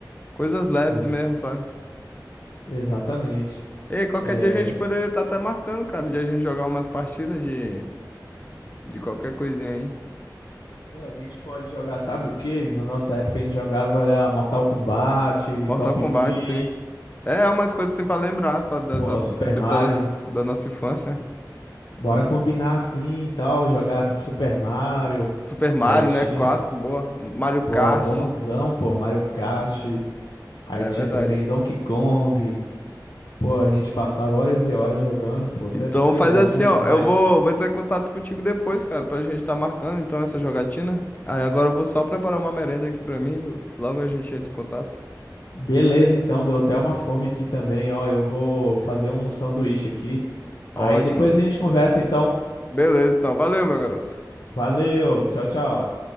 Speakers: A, on the left; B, on the left.
A: Coisas leves
B: Ex-
A: mesmo, sabe?
B: exatamente.
A: Ei, qualquer
B: É,
A: dia a gente poderia estar até marcando, cara, de a gente jogar umas partidas de, de qualquer coisinha aí.
B: pô, a gente pode jogar, sabe o quê? Na nossa época a gente jogava era Mortal Kombat,
A: Mortal
B: Top
A: Kombat,
B: Gear,
A: sim. É, umas coisas assim pra lembrar, sabe? Da,
B: pô,
A: da, do
B: Super
A: tempo
B: Mario.
A: da nossa, da nossa infância.
B: Bora combinar assim e tal, jogar Super Mario.
A: Super Mario,
B: Aí tinha,
A: né? Clássico, boa. Mario
B: pô,
A: Kart.
B: bonzão, pô, Mario Kart. Aí
A: É
B: tinha
A: verdade.
B: também Donkey Kong. Pô, a gente passava horas e horas jogando, pô, até
A: Então
B: doido,
A: faz
B: era
A: assim,
B: bom demais.
A: ó. Eu vou, vou entrar em contato contigo depois, cara, pra gente tá marcando então essa jogatina. Aí agora eu vou só preparar uma merenda aqui pra mim. Logo a gente entra em contato.
B: Beleza, então, deu até uma fome aqui também, ó. Eu vou fazer um sanduíche aqui. Aí
A: Ótimo.
B: depois a gente conversa, então.
A: Beleza, então. Valeu, meu garoto.
B: Valeu, tchau, tchau.